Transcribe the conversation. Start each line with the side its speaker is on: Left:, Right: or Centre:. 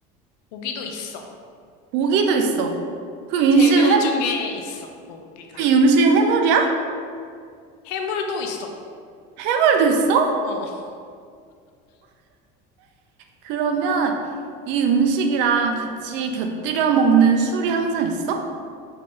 Left: 고기도 있어.
Right: 고기도 있어. 그럼 이
Left: 재료
Right: 음식 해물,
Left: 중에 있어, 고기가.
Right: 이 음식 해물이야?
Left: 해물도 있어.
Right: 해물도 있어?
Left: 어, <laughs>
Right: 그러면 이 음식이랑 같이 곁들여 먹는 술이 항상 있어?